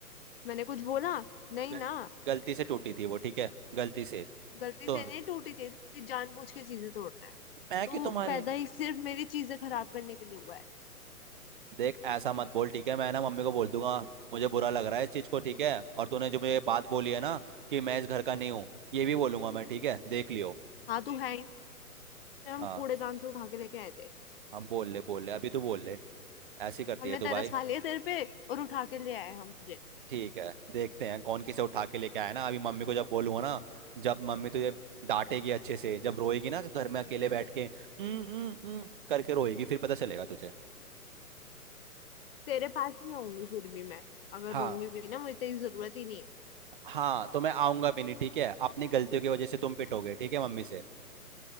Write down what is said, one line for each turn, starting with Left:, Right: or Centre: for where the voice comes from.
Left: मैंने कुछ बोला नहीं
Right: गल,
Left: ना
Right: गलती से टूटी थी वो ठीक है गलती से
Left: गलती
Right: तो
Left: से नहीं टूटी थी तू मेरी जानबूझ के चीजें तोड़ता है
Right: मैं
Left: तू
Right: कि तुम्हारे
Left: पैदा ही सिर्फ मेरी चीजें खराब करने के लिए हुआ है
Right: देख ऐसा मत बोल ठीक है मैं ना मम्मी को बोल दूंगा मुझे बुरा लग रहा है इस चीज को ठीक है और तूने जो मुझे बात बोली है ना कि मैं इस घर का नहीं हूँ ये भी बोलूंगा मैं ठीक है देख लियो
Left: हाँ तू है ही नहीं जब हम
Right: हाँ
Left: कूड़ेदान से उठा के लेके आए थे
Right: हम बोल ले बोल ले अभी तू बोल ले ऐसी करती
Left: हमने
Right: है तू
Left: तरस
Right: भाई
Left: खा लिया तेरे पे और उठा के ले आए हम तुझे
Right: ठीक है देखते हैं कौन किसे उठा के लेके आया ना अभी मम्मी को जब बोलूंगा ना जब मम्मी तुझे डांटेगी अच्छे से जब रोएगी ना घर में अकेले बैठ के "हम्म, हम्म, हम्म" करके रोएगी फिर पता चलेगा तुझे
Left: तेरे पास नहीं होंगी फिर भी मैं अगर
Right: हाँ
Left: रोंगी भी ना मुझे तेरी जरूरत ही नहीं है
Right: हाँ तो मैं आऊंगा भी नहीं ठीक है अपनी गलतियों की वजह से तुम पिटोगे ठीक है मम्मी से